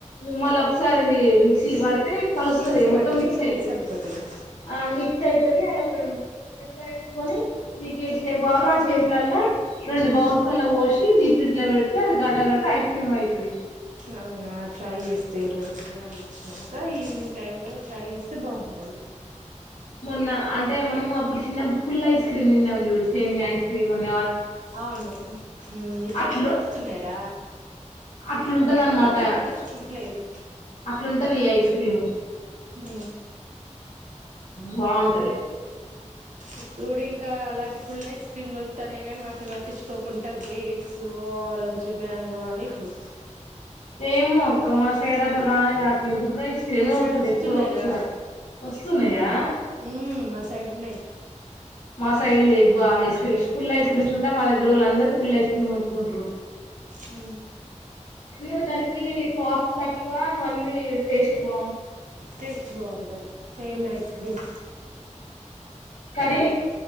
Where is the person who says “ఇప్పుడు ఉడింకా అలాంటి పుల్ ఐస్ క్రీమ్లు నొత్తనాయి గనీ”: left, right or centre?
Right